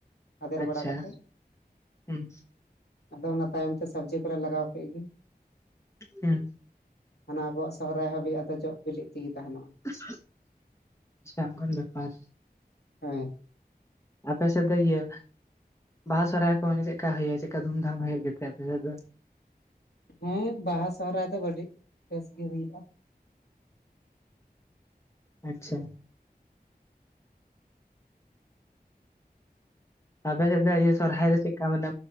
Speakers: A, on the left; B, on the left.
A: ᱟᱫᱮᱨ
B: ᱟᱪᱪᱷᱟ
A: ᱵᱟᱲᱟ ᱠᱟᱛᱮᱜ᱾
B: ᱦᱩᱸ
A: ᱟᱫᱚ ᱚᱱᱟ ᱛᱟᱭᱚᱢ ᱛᱮ ᱥᱚᱵᱽᱡᱤ ᱠᱚᱞᱮ ᱞᱟᱜᱟᱣ ᱠᱮᱜ ᱜᱮ᱾
B: ᱦᱮᱸ
A: ᱢᱟᱱᱮ ᱟᱵᱚᱣᱟᱜ ᱥᱚᱦᱨᱟᱭ ᱦᱟᱹᱵᱤᱡ ᱟᱫᱚ ᱡᱚᱜ ᱵᱤᱞᱤᱜ ᱛᱮᱜᱮ ᱛᱟᱦᱮᱱᱚᱜᱼᱟ᱾
B: <unintelligible> ᱟᱪᱪᱷᱟ ᱚᱱᱠᱟᱱ ᱵᱮᱯᱟᱨ
A: ᱦᱮᱸ
B: ᱟᱯᱮᱥᱮᱫ ᱫᱚ ᱤᱭᱟᱹ, ᱵᱟᱦᱟ ᱥᱚᱦᱨᱟᱭ ᱠᱚ ᱢᱟᱱᱮ ᱪᱮᱫᱠᱟ ᱦᱩᱭᱩᱜᱼᱟ ᱪᱮᱫᱠᱟ ᱫᱷᱩᱢᱫᱷᱟᱢ ᱦᱩᱭᱩᱜ ᱜᱮᱛᱮ ᱟᱯᱮᱥᱮᱫ ᱫᱚ?
A: ᱦᱮᱸ ᱵᱟᱦᱟ ᱥᱚᱦᱨᱟᱭ ᱫᱚ ᱟᱹᱰᱤ ᱵᱮᱥ ᱜᱤ ᱦᱩᱭᱩᱜᱼᱟ᱾
B: ᱟᱪᱪᱷᱟ ᱟᱯᱮ ᱥᱮᱫ ᱫᱚ ᱤᱭᱟᱹ ᱥᱚᱦᱨᱟᱭ ᱫᱚ ᱪᱮᱫ ᱠᱟ ᱢᱟᱱᱮ